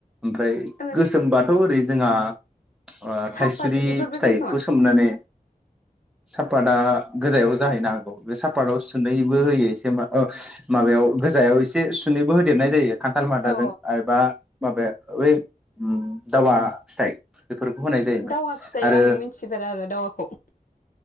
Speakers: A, in the centre; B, on the left.
A: ओमफ्राय
B: ओं
A: गोसोमबाथ' ओरै जोङा अ
B: सापात
A: थाइस्रि
B: बेफोरबो
A: फिथाइखौ
B: जायो खोमा
A: सोमनानै सापादा गोजायाव जाहैनो हागौ बे सापातआव सुनैबो होयो एसे ओ माबायाव गोजायाव एसे सुनैबो होदेरनाय जायो। खान्थाल मादाजों
B: औ
A: आरोबा माबाया ओइ उम दावा फिथाइ। बेफोरखौ होनाय जायोमोन
B: दावा फिथाइ
A: आरो
B: आं मिन्थिफेरा आरो दावाखौ।